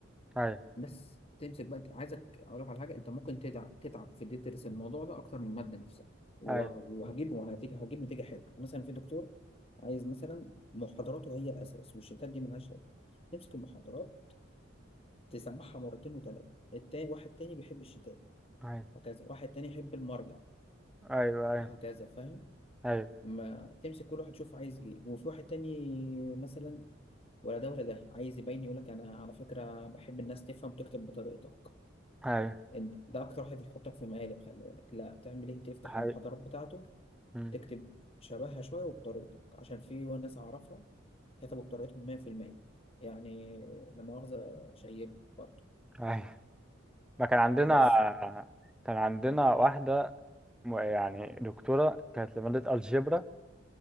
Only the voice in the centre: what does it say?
أيوه
أيوه
أيوه
أيوه أيوه
أيوه
أيوه
أيوه
أمم،
أيوه ما كان عندنا
كان عندنا واحدة م- يعني دكتورة كانت لمادة الجبرا